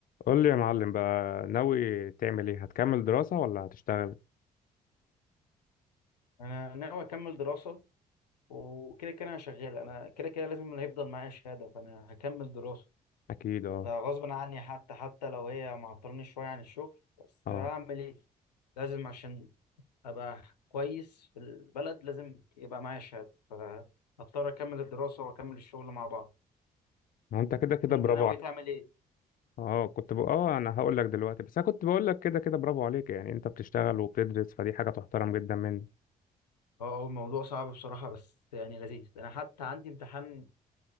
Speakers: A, on the left; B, on the left.
A: قول لي يا معلم بقى ناوي تعمل ايه هتكمل دراسة ولا هتشتغل
B: انا ناوي اكمل دراسه وكده كده انا شغال انا كده كده لازم اللي هيفضل معايا شهاده فانا هكمل دراسه
A: اكيد اه
B: ده غصب عني حتى حتى لو هي معطلني شويه عن الشغل بس
A: اه
B: هعمل ايه لازم عشان ابقى كويس في البلد لازم يبقى معايا شهاده فهضطر اكمل الدراسه واكمل الشغل مع بعض
A: ما هو انت كده كده
B: انت
A: برافو
B: ناوي
A: عليك
B: تعمل ايه
A: اه كنت بقى اه انا هقول لك دلوقتي بس انا كنت بقول لك كده كده برافو عليك يعني انت بتشتغل وبتدرس فدي حاجة تحترم جدا منك
B: اه هو الموضوع صعب بصراحه بس يعني لذيذ انا حتى عندي امتحان